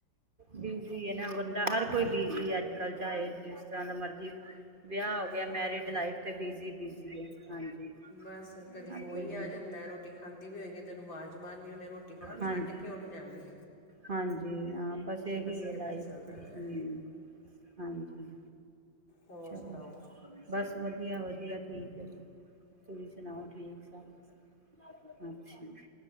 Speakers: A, on the right; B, on the left.
A: ਬੀਜੀ ਹੈ ਨਾ ਬੰਦਾ। ਹਰ ਕੋਈ ਬੀਜੀ ਅੱਜ ਕੱਲ ਚਾਹੇ ਜਿਸ ਤਰ੍ਹਾਂ ਦਾ ਮਰਜ਼ੀ। ਵਿਆਹ ਹੋ ਗਿਆ,
B: ਹਾਂ
A: ਮੈਰਿਡ ਲਾਈਫ ਤੇ ਬੀਜੀ ਬੀਜੀ ਹਾਂਜੀ।
B: ਬਸ ਕਦੀ
A: ਹਰ
B: ਕੋਈ ਆ
A: ਬਿਜ਼ੀ
B: ਜਾਂਦਾ। ਰੋਟੀ ਖਾਂਦੀ ਵੀ ਹੋਏਗੀ, ਤੈਨੂੰ ਆਵਾਜ਼ ਮਾਰਨੀ ਹੇ ਰੋਟੀ
A: ਹਾਂਜੀ
B: ਛੱਡ ਕੇ ਉੱਠ ਜਾਂਦੀ।
A: ਹਾਂਜੀ। ਹਾਂ ਬਸ ਇਹੀ ਹੈ
B: ਇਹ
A: ਲਾਈਫ
B: ਕੁਛ ਚੱਲਦਾ
A: ਤੇ
B: ਹੈ
A: ਹਮ। ਹਾਂਜੀ!
B: ਹੋਰ
A: ਚਲੋ
B: ਸੁਣਾਓ
A: ਬਸ ਵਧੀਆ ਵਧੀਆ। ਠੀਕ ਹੈ ਜੀ! ਤੁਸੀਂ ਸੁਣਾਓ ਠੀਕ ਸਾਰੇ ਅੱਛਾ